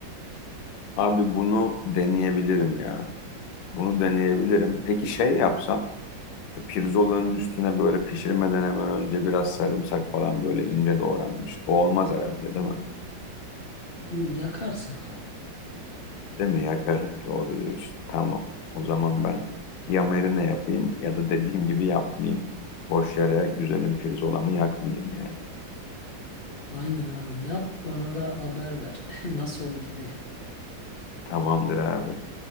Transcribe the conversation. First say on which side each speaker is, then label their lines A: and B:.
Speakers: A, on the left; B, on the left.
A: Abi bunu deneyebilirim ya. Bunu deneyebilirim. Peki şey yapsam e, pirzolanın üstüne böyle pişirmeden hemen önce biraz sarımsak falan böyle ince doğranmış. O olmaz herhalde değil mi?
B: Ü, Yakarsın abi.
A: Değil mi? Yakarım. Doğru diyorsun. Tamam. O zaman ben ya marine yapayım ya da dediğim gibi yapmayayım. Boş yere güzelim pirzolamı yakmayayım yani.
B: Aynen abi. Yap bana da haber ver <laughs> nasıl oldu diye.
A: Tamamdır abi.